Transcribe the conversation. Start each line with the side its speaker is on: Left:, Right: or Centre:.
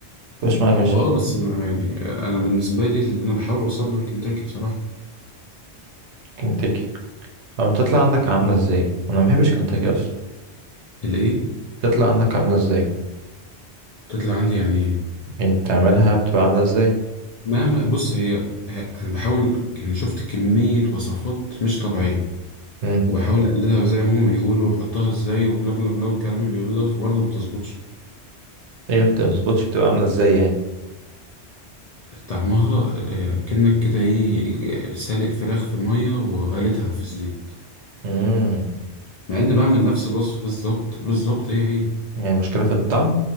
Right: مش مقرمشه
Left: هو اه بس انا يعني انا بالنسبه لي اللي انا بحاول اوصل له هي كنتاكي بصراحه
Right: كنتاكي او بتطلع عندك عامله ازاي انا ما بحبش كنتاكي اصلا
Left: الايه
Right: بتطلع عندك عامله ازاي
Left: بتطلع عندي يعني ايه
Right: يعني بتعملها بتبقى عامله ازاي
Left: مهما بص هي ه- انا بحاول يعني شفت كمية وصفات مش طبيعية
Right: امم
Left: وبحاول اقلدها زي ما هما بيقولوا وأحطها ازاي وبلا بلا بلا والكلام اللي بيقولوه دوت وبرضه ما بتظبطش
Right: ايه بتظبطش بتبقى عامله ازاي يعني
Left: طعمها آه، كأنك كده ايه ج- سالق فراخ في مية وقالتها في الزيت
Right: امم
Left: مع اني بعمل نفس الوصفة بالظبط بالظبط هي هي
Right: يعني مشكله في الطعم